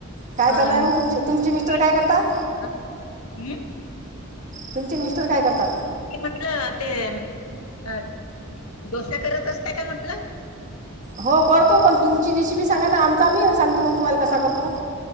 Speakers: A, on the right; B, on the left.
A: काय चालूय
B: अ
A: मग तुमची तुमची मिस्टर
B: मी
A: काय करता
B: हं, मी
A: तुमचे मिस्टर काय करतात
B: म्हटलं ते अ डोसा करत असत का म्हटलं
A: हो करतो पण तुमची रिसिपी सांगा ना आमचा आमी सांगतो मग तुम्हाला कसा करतो